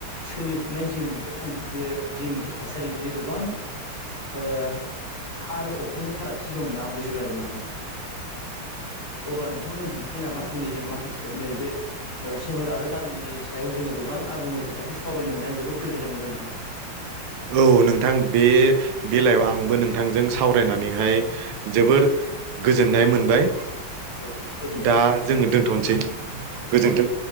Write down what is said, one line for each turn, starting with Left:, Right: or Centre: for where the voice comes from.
Left: सोलिफुनाय जि मोन से थांखि बेयो जि मोनसे थासारि बियो गोबां ओ हा आरो अख्रांजों फारागथि दं होनना आं बुजिबाय आरो नोंथां। अब्ला नोंथां दोनथांसै नामा दिनै जोङो माखाखौ नैब बे सोहोर आरो गामिनि सायाव जोङो गोबां आबुङै खोथाखौ सावरायनो मोननाय जोबोद गोजोननाय मोनबाय नोंथां।
Right: औ नोंथां बे बेलायाव आंबो नोंथांजों सावरायनानैहाय जोबोर गोजोननाय मोनबाय
Left: औ गोजोन्थों
Right: दा
Left: नोंथां दे
Right: जोङो दोनथ'नोसै
Left: औ गोजोन्थों
Right: गोजोनथों।